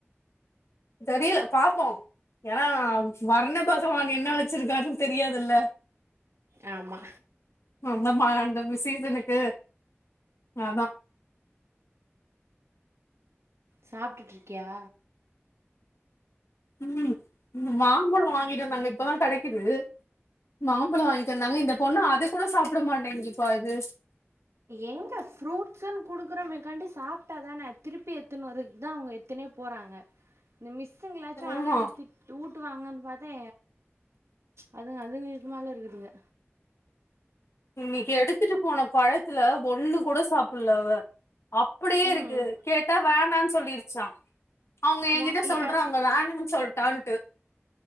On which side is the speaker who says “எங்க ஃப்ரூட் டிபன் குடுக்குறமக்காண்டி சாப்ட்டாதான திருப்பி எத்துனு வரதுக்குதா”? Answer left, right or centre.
Right